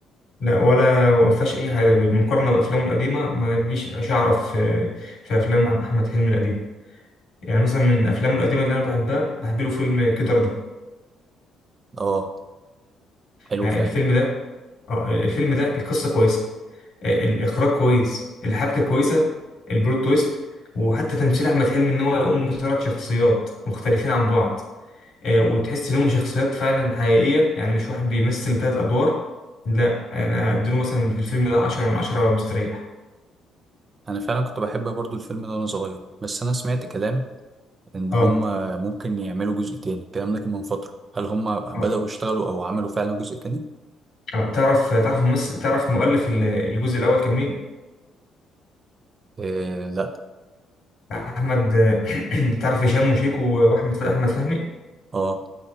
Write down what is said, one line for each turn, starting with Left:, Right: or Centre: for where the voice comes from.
Left: لا ولا ما فيهاش أي حاجة بالمقارنة بأفلامه القديمة ما تجيش شعرة في في أفلام أحمد حلمي القديم يعني مثلا من أفلامه القديمة اللي أنا بحبها بحب له فيلم كده رضا
Right: اه حلو
Left: يعني
Right: فعلا
Left: الفيلم ده اه الفيلم ده القصة كويسة الاخراج كويس الحبكه كويسه البلوت تويست وحتى تمثيل احمد حلمي ان هو يقوم بثلاث شخصيات مختلفين عن بعض آه، وتحس انهم شخصيات فعلا حقيقيه يعني مش واحد بيمثل ثلاث ادوار لا انا اديله مثلا في الفيلم ده 10 من 10 مستريح
Right: انا فعلا كنت بحب برضه الفيلم ده وانا صغير بس انا سمعت كلام ان
Left: اه
Right: هم ممكن يعملوا جزء تاني الكلام ده كان من فترة هل هم بدأوا
Left: اه
Right: يشتغلوا او عملوا فعلا جزء تاني
Left: آه. تعرف تعرف ممثل تعرف مؤلف ال- الجزء الاول كان مين
Right: إيه لا
Left: احمد <clears throat> تعرف هشام وشيكو واحمد احمد فهمي
Right: اه